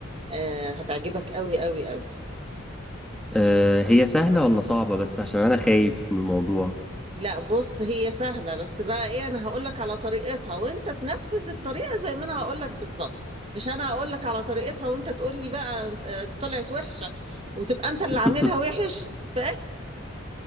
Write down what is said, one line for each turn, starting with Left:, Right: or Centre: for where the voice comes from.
Right: آه هتعجبك قوي قوي قوي
Centre: أه هي سهله ولا صعبه بس عشان انا خايف من الموضوع
Right: لا بص هي سهلة بس بقى ايه انا هقولك على طريقتها وانت تنفذ الطريقة زي ما انا هقولك بالظبط مش انا هقولك على طريقتها وانت تقولي بقى آه، طلعت وحشة وتبقى انت اللي
Centre: <laughs>
Right: عاملها وحش <laughs> ف-